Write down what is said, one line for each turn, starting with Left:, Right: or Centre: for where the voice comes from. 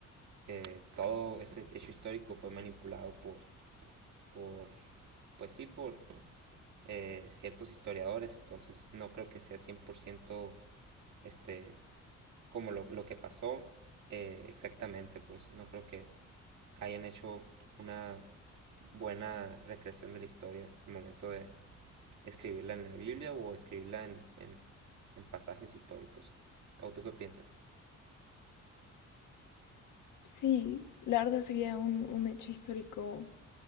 Right: eh, todo ese hecho histórico fue manipulado por, por pues sí, por eh, ciertos historiadores, entonces no creo que sea 100% este, como lo, lo que pasó eh, exactamente, pues no creo que hayan hecho una buena recreación de la historia al momento de escribirla en la Biblia o escribirla en, en, en pasajes históricos. ¿O tú qué piensas?
Left: Sí, la verdad sería un, un hecho histórico